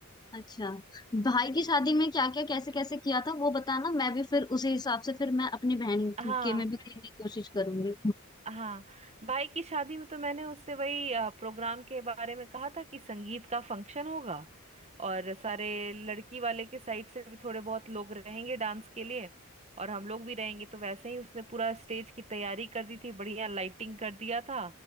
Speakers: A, on the left; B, on the right.
A: अच्छा भाई की शादी में क्या क्या कैसे कैसे किया था वो बताना मैं भी फिर उसी हिसाब से फिर मैं अपनी बहन
B: हाँ
A: के में भी करने की कोशिश करूंगी
B: हाँ भाई की शादी में तो मैंने उससे वही अ, प्रोग्राम के बारे में कहा था कि संगीत का फंक्शन होगा और सारे लड़की वाले के साइड से भी थोड़े बहुत लोग रहेंगे डांस के लिए और हम लोग भी रहेंगे तो वैसे ही उसने पूरा स्टेज की तैयारी कर दी थी बढ़िया लाइटिंग कर दिया था